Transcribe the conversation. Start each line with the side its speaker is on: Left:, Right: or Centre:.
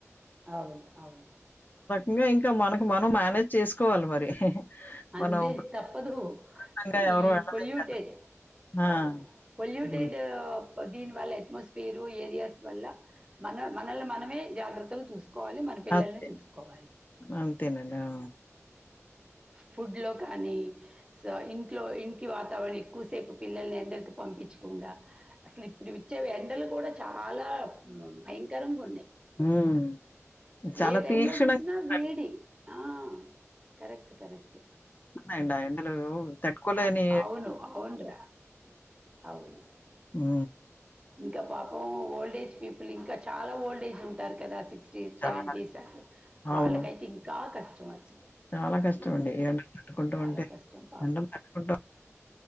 Right: అవును అవును
Left: ఇంగా ఇంకా మనకు మనం మానేజ్ చేసుకోవాలి మరి
Right: అంతే
Left: మనం
Right: తప్పదురో
Left: బలవంతంగా ఎవరు
Right: ఈ
Left: వెళ్ళలేం
Right: పొల్యూటెడ్
Left: కదా! ఆ!
Right: అవును పొల్యూటెడు
Left: హ్మ్.
Right: దీనివల్ల అట్మాస్ఫీరు ఏరియాస్ వల్ల మన మనల్ని మనమే జాగ్రత్తగా చూస్ కోవాలి మన పిల్లల్ని
Left: అంతే.
Right: చూసుకోవాలి
Left: అంతేనండి. ఆ!
Right: ఫుడ్లో కానీ కానీ సో ఇంట్లో ఇంట్లో వాతావరణం ఎక్కువసేపు పిల్లల్ని ఎండకు పంపించకుండా అసలు ఇప్పుడు విచ్చే ఎండలు కూడా చాలా ఉమ్ భయంకరంగా ఉన్నయి
Left: హ్మ్. చాలా
Right: ఏ టైమ్
Left: తీక్షణంగా
Right: లో జూసినా
Left: ఉంటాయి.
Right: వేడి ఆ కరెక్ట్ కరెక్ట్
Left: అ ఎండ ఎండలు తట్టుకోలేని
Right: అ అవును అవున్రా అవును
Left: ఊ
Right: ఇంకా పాపం ఓల్డేజ్ పీపుల్ ఇంకా చాలా ఓల్డేజ్ ఉం టారు కదా సిక్స్టీ
Left: చాలా
Right: సెవెంటీస్ అట్ల
Left: అవును.
Right: వాళ్ళకైతే ఇంకా కష్టం అసలు
Left: చాలా కష్టమండి
Right: మ్మ్
Left: ఎండలు తట్టుకోవటం
Right: చాలా
Left: అంటే
Right: కష్టం పాపం
Left: ఎండలు తట్టుకుంటం